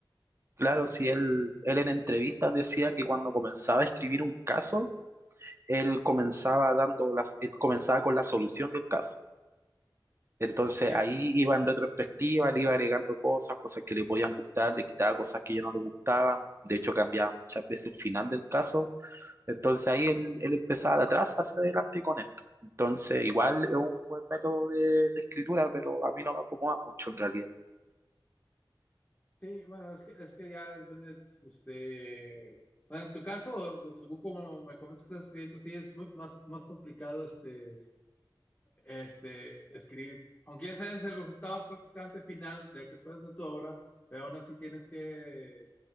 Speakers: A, on the right (about 30°); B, on the left (about 25°).
A: Claro,
B: Sí,
A: si él, él en entrevistas decía que cuando comenzaba a escribir un caso, él comenzaba dando las, él comenzaba con la solución del caso. Entonces
B: sí,
A: ahí
B: sí. Sí,
A: iba en retrospectiva, le iba agregando cosas, cosas que le podían gustar, le quitaba cosas que ya no le gustaban. De hecho, cambiaba muchas veces el final del caso. Entonces ahí él, él empezaba de atrás hacia adelante con esto. Entonces, igual es un buen método de, de escritura, pero a mí no me acomoda mucho en realidad.
B: Sí, bueno, es que, es que ya depende, este... Bueno, en tu caso, según como me comentas que estás escribiendo, sí es muy- más, más complicado este, este, escribir, aunque ese es el resultado prácticamente final de lo que esperas de tu obra, pero aún así tienes que